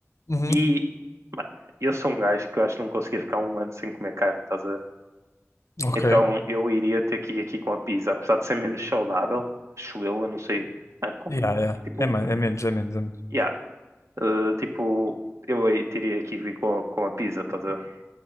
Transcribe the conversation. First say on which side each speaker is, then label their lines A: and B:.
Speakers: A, on the left; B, on the right.
A: uhum,
B: E, mano, eu sou um gajo que eu acho que não conseguia ficar um ano sem comer carne, estás a ver?
A: ok.
B: Então eu iria ter que ir aqui com a pizza, apesar de ser menos saudável, acho eu, eu não sei. Ah, co-
A: Yeah, yeah.
B: tipo,
A: É mais, é menos, é menos, é menos.
B: yeah, eh, tipo, eu aí teria que vir com, com a pizza, estás a ver?